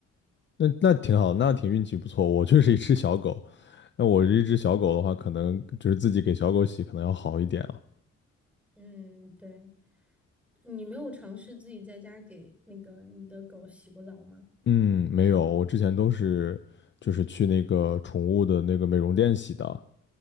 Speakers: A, on the left (about 40°); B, in the centre.
A: 那那挺好，那挺运气不错，我就是一只小狗。那我这一只小狗的话，可能就是自己给小狗洗，可能要好一点啊。
B: 嗯，对，你没有尝试自己在家给那个你的狗洗过澡吗？
A: 嗯，没有，我之前都是就是去那个宠物的那个美容店洗的，